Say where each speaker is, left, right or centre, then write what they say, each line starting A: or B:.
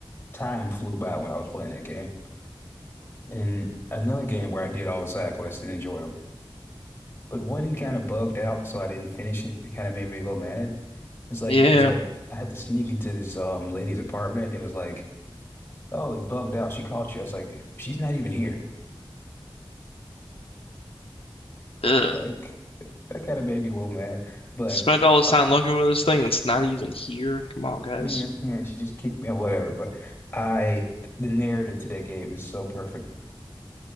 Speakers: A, on the left; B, on the left.
A: time flew by when I was playing that game. And another game where I did all the side quests and enjoyed them, but one kind of bugged out, so I didn't finish it. It kind of made me a little mad. It's like
B: Yeah,
A: it's like I had to sneak into this um lady's apartment. It was like, oh, it bugged out. She caught you. I was like, she's not even here.
B: ugh.
A: Like that kind of made me a little mad, but
B: Spent all this
A: uh,
B: time looking for this thing, and it's not even here. Come on, guys.
A: yeah, yeah, she just kicked me or whatever. But I, the narrative to that game is so perfect.